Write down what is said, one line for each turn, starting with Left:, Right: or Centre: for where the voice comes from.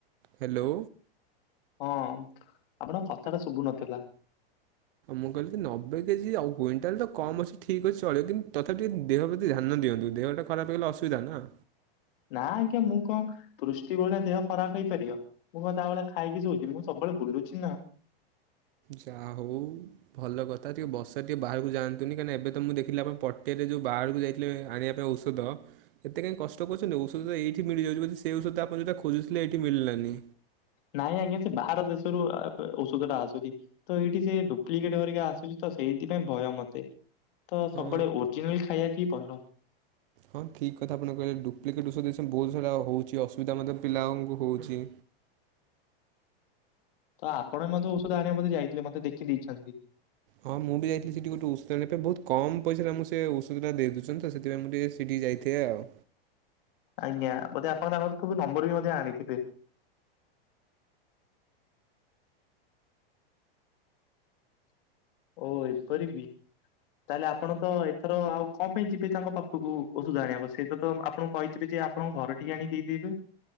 Right: ହେଲୋ।
Left: ହଁ ଆପଣଙ୍କ କତା ଟା ଶୁଭୁ ନ ଥିଲା।
Right: ମୁଁ କଇଲି କି ନବେ କେଜି ଆଉ କ୍ୱିଣ୍ଟାଲ ତ କମ୍ ଅଛି ଠିକ୍ ଅଛି ଚଳିବ କିନ୍ତୁ ତଥାପି ଟିକେ ଦେହ ପ୍ରତି ଧ୍ୟାନ ଦିଅନ୍ତୁ ଦେହ ଟା ଖରାପେ ହେଇ ଗଲେ ଅସୁବିଧା ନା।
Left: ନା ଆଜ୍ଞା ମୁଁ କଁ ପୃଷ୍ଟି ଭଳିଆ ଦେହ ଖରାପ୍ ହେଇ ପାରିବ। ମୁଁ କଁ ତା ଭଳିଆ ଖାଇକି ଶୋଉଛି ମୁଁ ସବୁବେଳେ ବୁଲୁଛି ନା।
Right: ଯାହୋଉ। ଭଲ କଥା ଟିକେ ବର୍ଷାରେ ଟିକେ ବାହାରୁକୁ ଯାଆନ୍ତୁନି, କାହିଁକି ନା ଏବେ ତ ମୁଁ ଦେଖିଲି ଆପଣ ପଟିଆ ରେ ଯୋଉ ବାହାରୁକୁ ଯାଇ କ୍ଳେ ଆଣିବା ପାଇଁ ଔଷଦ ଏତେ କାଇଁ କଷ୍ଟ କରୁଛନ୍ତି ଔଷଦ ତ ଏଇଠି ମିଳି ଯାଉଛି ବୋଧେ ସେ ଔଷଦ ଟା ଆପଣ ଯୋଉଟା ଖୋଜୁଥିଲେ ଏଇଠି ମିଳିଲାନି।
Left: ନାଇଁ ଆଜ୍ଞା ସେ ବାହାର ଦେଶରୁ ଆ -ଉ -ଔଷଦ ଟା ଆସୁଛି। ତ ଏଇଠି ସେ ଡୁପ୍ଲିକେଟ୍ ଘରିକା ଆସୁଛି ତ ସେଇଥିପାଇଁ ଭୟ ମତେ। ତ
Right: ହଁ
Left: ସବୁବେଳେ ଓର୍ଜିନାଲ୍ ଖାଇବାଠି ଭଲ।
Right: ହଁ ଠିକ୍ କଥା ଆପଣ କହିଲେ ଡୁପ୍ଲିକେଟ୍ ଔଷଧ ରିଆକ୍ସନ ବୋହୁତ୍ ସାରା ହୋଉଛି ଅସୁବିଧା ମଧ୍ୟ ପିଲାମାନଙ୍କୁ ହୋଉଛି।
Left: ତ ଆପଣ ମଧ୍ୟ ଔଷଧ ଆଣିବାକୁ ବୋଧେ ଯାଇଥିଲେ ମତେ ଦେଖି ଦେଇଛନ୍ତି।
Right: ହଁ ମୁଁ ବି ଯାଇଥିଲି ସେଠି ଗୋଟେ ଔଷଦ ଆଣିବା ପାଇଁ, ବୋହୁତ୍ କମ୍ ପଇସାରେ ଆମକୁ ସେ ଔଷଧଟା ଦେଇଦୋଉଛନ୍ତି ତ, ସେଥିପାଇଁ ମୁଁ ଟିକେ ସେଠିକି ଯାଇଥିବେ ଆଉ।
Left: ଆଜ୍ଞା ବୋଧେ ଆପଣ ତାଙ୍କଠୁ ନମ୍ବର୍ ବି ମଧ୍ୟ ଆଣିଥିବେ। ଓ ଏପରି କି ତାହେଲେ ଆପଣ ତ ଏ ଏଥର ଆଉ କଁ ପାଇଁ ଯିବେ ତାଙ୍କ ପାଖୁକୁ ଔଷଧ ଆଣିବାକୁ, ସେ ତ ତ ଆପଣୁଙ୍କୁ କହିଥିବେ ଯେ ଆପଣଙ୍କ ଘରେ ଟିକେ ଆଣି ଦେଇଦେବେ।